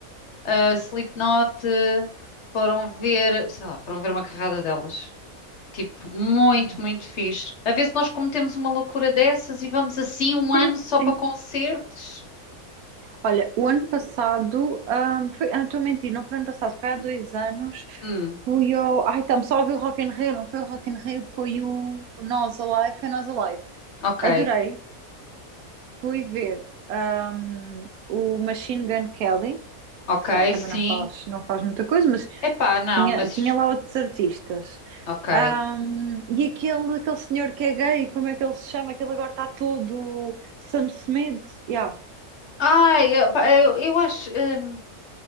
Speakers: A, on the left; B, on the right.
A: a Slipknot, foram ver, sei lá, foram ver uma carrada delas. Tipo, muito,
B: Ah,
A: muito fixe. A ver se nós cometemos uma loucura dessas e vamos assim um
B: Sim,
A: ano só
B: sim.
A: para concertos.
B: Olha, o ano passado, ahm, foi, ah, estou a mentir, não foi ano passado, foi há dois anos.
A: Hum,
B: Fui ao. Ai, estamos só a ouvir o Rock in Rio, não foi o Rock in Rio, foi o Nós Alive, foi Nós Alive.
A: ok,
B: Adorei, Fui ver ahm, o Machine Gun Kelly,
A: ok,
B: que se calhar também
A: sim.
B: não faz, não faz muita coisa, mas
A: Epá, não,
B: tinha,
A: mas
B: tinha lá outros artistas.
A: ok.
B: Ahm, e aquele, aquele senhor que é gay, como é que ele se chama? Aquele agora está todo Sam Smith. Yeah,
A: Ai, epá, eu, eu acho. hum,